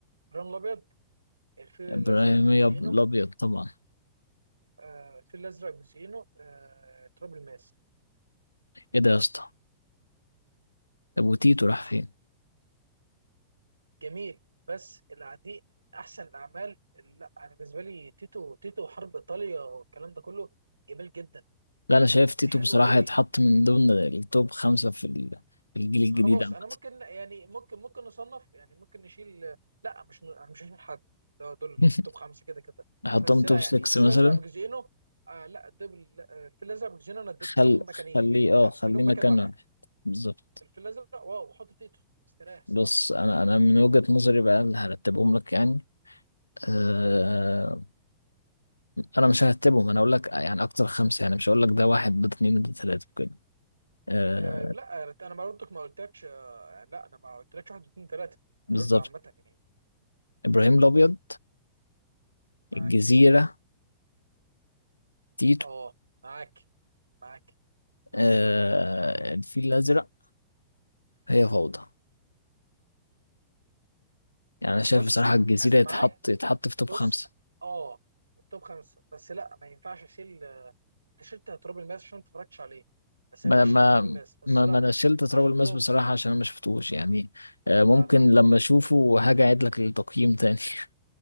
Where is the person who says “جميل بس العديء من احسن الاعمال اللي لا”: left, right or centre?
Right